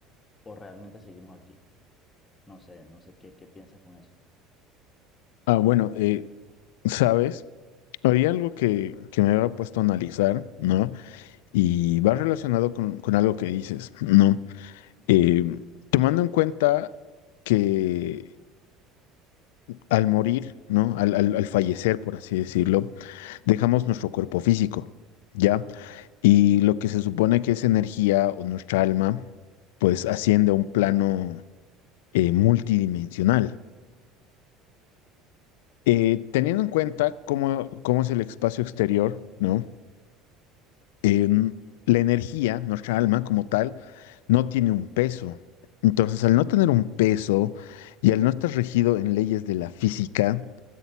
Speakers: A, on the left; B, on the left.
A: o realmente seguimos aquí. No sé, no sé qué, qué piensas con eso.
B: Ah, bueno, eh, ¿sabes? Había algo que, que me había puesto a analizar, ¿no? Y va relacionado con, con algo que dices, ¿no? Eh, tomando en cuenta que al morir, ¿no? Al, al, al fallecer, por así decirlo, dejamos nuestro cuerpo físico, ¿ya? Y lo que se supone que es energía o nuestra alma, pues asciende a un plano eh, multidimensional. Eh, teniendo en cuenta cómo, cómo es el espacio exterior, ¿no? em, la energía, nuestra alma como tal, no tiene un peso. Entonces, al no tener un peso y al no estar regido en leyes de la física,